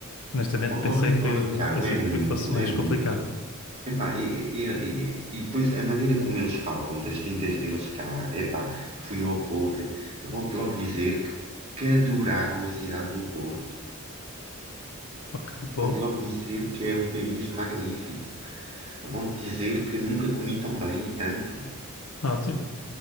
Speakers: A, on the left; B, on the right.
A: Honestamente,
B: Oh,
A: pensei
B: Ri-
A: que,
B: oh, Ricardo,
A: pensei
B: é muito,
A: que fosse mais
B: é muito.
A: complicado.
B: Epá, e, e, e- e depois a maneira como eles falam das vindas deles cá, epá, que fui ao Porto, ep- vão-te logo dizer que, que adoraram a cidade do Porto.
A: Ok, boa.
B: Vão-te logo dizer que é um país magnífico. Vão-te dizer que nunca comi tão bem e tanto.
A: Ótimo.